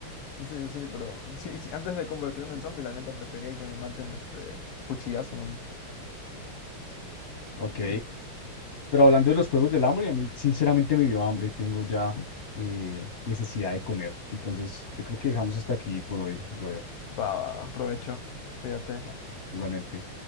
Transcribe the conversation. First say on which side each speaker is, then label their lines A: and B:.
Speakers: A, on the left (about 90°); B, on the left (about 50°).
A: Sí, sí, pero <laughs> sí, sí, antes de convertirme en zombie, la neta prefería que me maten este cuchillazo, ¿no?
B: Ok.
A: Hmm.
B: Pero hablando de los juegos del hambre, a mí sinceramente me dio hambre y tengo ya eh, necesidad de comer. Entonces, yo creo que dejamos hasta aquí por hoy, brother.
A: Va, aprovecho. Fíjate.
B: Ah, Igualmente.